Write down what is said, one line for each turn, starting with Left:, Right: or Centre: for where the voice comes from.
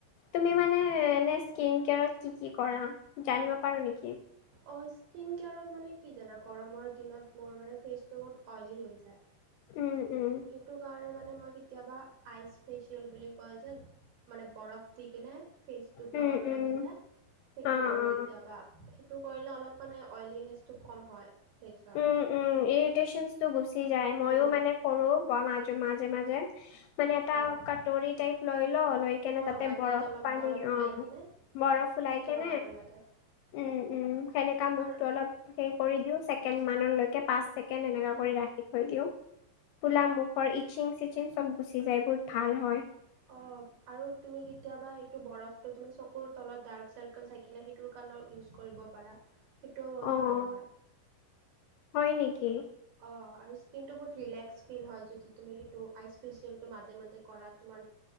Left: তুমি মানে এনে স্কিন কেয়াৰত কি কি কৰা জানিব পাৰো নেকি
Right: অ স্কিন কেয়াৰত মানে কি জানো গৰমৰ দিনত মোৰ মানে ফেচটো বহুত অইলী হৈ যায়
Left: উম, উম,
Right: সেইটো কাৰণে মানে মই কেতিয়াবা আইচ ফেচিয়েল বুলি কয় যে মানে বৰফ দিিক নে ফেচ ত
Left: উম,
Right: লগাব
Left: উম,
Right: লাগে যে সেইটো
Left: অ', অ',
Right: কৰো কেতিয়াবা সেইটো কৰিলে অলপ মানে অইলিনেচটো কম হয় ফেচৰ
Left: উম উম ইৰিটেশচনচটো গুচি যায়
Right: উম
Left: মইো মানে সৰু মাজ মাজে মাজে মানে এটা
Right: অঁ
Left: কাটৰিী টাইপ লৈ ল ল কেনে
Right: অঁ
Left: তাতে
Right: বাতিত
Left: বৰফ
Right: অলপ
Left: পানী
Right: বৰফ ওলাই
Left: অ
Right: কিনে
Left: বৰফ
Right: সেনেকৈ
Left: ওলাই কেনে
Right: লগাব লাগে
Left: উম উম সেনেকা মুখটো
Right: আৰু
Left: অলপ সে কৰি দিও চ ড মানলৈকে পচ ছেকেণ্ড এনেকা
Right: উম,
Left: কৰি ৰাখি থ দিও ফুলা মুখৰ ইচিং চিচিং চব গুচি যায় বহুত ভাল হয়
Right: অ আৰু তুমি কেতিয়াবা সেইটো বৰফটো তুি চকুৰ তলতক চাৰ্ থ থাকিলে সেইটোৰ কাৰণেও ইউজ কৰিব পাৰা সেইটোও বহুত
Left: অ',
Right: ভাল হয়
Left: হয় নেকি
Right: অ স্কিনটো বহুত ফ হয় য তুমি সেইই ফেচিয়টো মাজে মাজে কৰা তোমাৰ